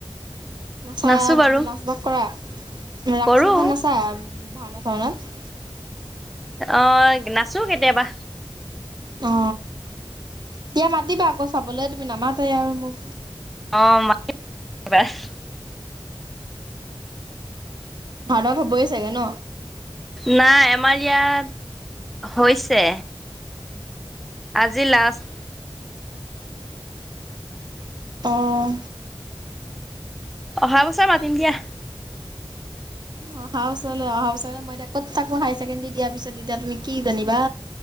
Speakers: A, on the right; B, in the centre.
A: নাচা
B: নাচো বাৰু
A: নাচ বাস কৰা? উ <unintelligible> ৰা্স
B: কৰো
A: সাখন নাছা? ভাওনাা চাওনাত
B: অ নাচো কেতিয়াবা
A: অ দিয়া মাতিবা আকৌ চাবলৈ তুমি নামাতে আৰু মোক।
B: অ মাতিম এইবাৰ
A: ভাওনত হ'বই চাগে ন?
B: নাই আমাৰ ইয়াত হৈছে। আজি লাষ্ট
A: অঁ
B: অহা বছৰ মাতিম দিয়া।
A: অহা বছৰলৈ, অহা বছৰলৈ মই এতিয়া ক'ত থাকো হায়াৰ ছেকেণ্ডেৰী দিয়াৰ পিছত তেতিয়া তুমি কি জানিবা।